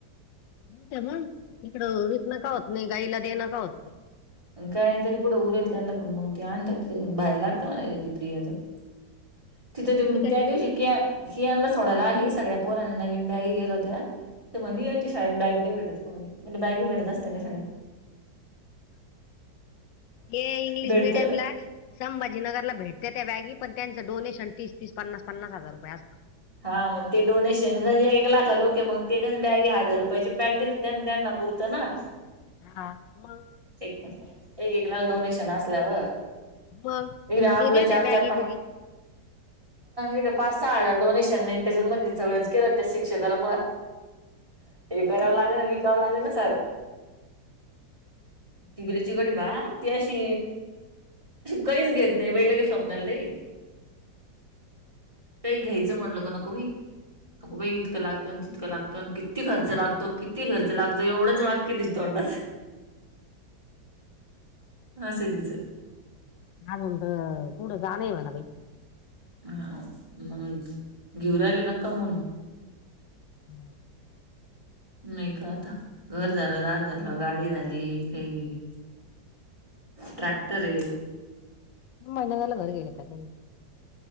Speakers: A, on the left; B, on the right.
A: होत मग तिकडं विकणं का होत नाही गाईला देणं का होत नाही
B: गाय तरी कुठे उरेल त्यांना पण मग ते आणतात बाहेर लागतं <unintelligible> <inaudible> तिथे
A: ती काय
B: त्या
A: जी
B: दिवशी किया कियानला सोडायला आली सगळ्या पोराने नवीन बॅग घेत होत्या म्हणे यांच्या शाळेत बॅगी नाही भेटत, म्हणी म्हणजे बॅग भेटत असत का शाळेत
A: ते इंग्लिश
B: भेटत
A: मीडियम
B: ना.
A: ला संभाजीनगरला भेटते त्या बॅगी पण त्यांचं डोनेशन तीस तीस पन्नास पन्नास हजार रुपये असत
B: हा मग ते डोनेशन <unintelligible> एक लाखलोके मग तीनच बॅगे हजार रुपयाची बॅग दिली त्यां त्यांना पुरतं ना
A: हा मग
B: चे एक एक लाख डोनेशन असल्यावर
A: मग
B: इ आपलं
A: ते देत्या
B: चार
A: बॅगी
B: चार पा
A: बुगी.
B: इ पास आळ. डोशन त्याच्या सगळ के शिक्षकाला कराव लागे. च लाग ना सर तिबरीची कडी बा ती अशी काहीच घेत नाही बाई लग स्वप्नाला ताई काही घ्यायचं म्हणल का नको भई नको बा इतकं लागतं आणि तितकं लागतं. किती खर्च लागतो किती खर्च लागतो एवढंच वाक्य दिसतो अंडाच हा सधच.
A: अजोंद कड जाान म ना बाई.
B: हा मग घेऊ राहिले ना कमून
A: हम्.
B: नाही का आता घर झालं दार झालं गाडी झाली काही ट्रॅक्टर ये
A: नम मला वर गले कात <unintelligible>